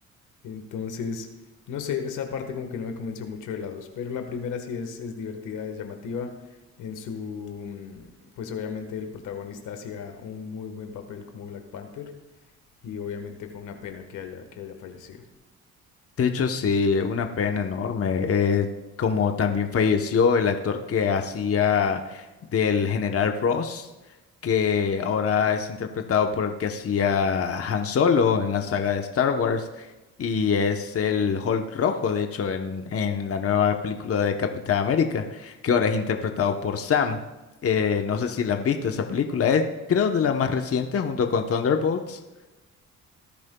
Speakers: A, on the left (about 85°); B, on the left (about 50°).
A: Entonces, no sé, esa parte como que no me convenció mucho de la 2, pero la primera sí es, es divertida, es llamativa. En su, mm, pues obviamente el protagonista hacía un muy buen papel como Black Panther y obviamente fue una pena que haya, que haya fallecido.
B: De hecho, sí, una pena enorme. Eh, como también falleció el actor que hacía del general Ross, que ahora es interpretado por el que hacía Han Solo en la saga de Star Wars, y es el Hulk rojo, de hecho, en, en la nueva película de Capitán América, que ahora es interpretado por Sam. Eh, no sé si la has visto esa película, es creo de las más recientes junto con Thunderbolts.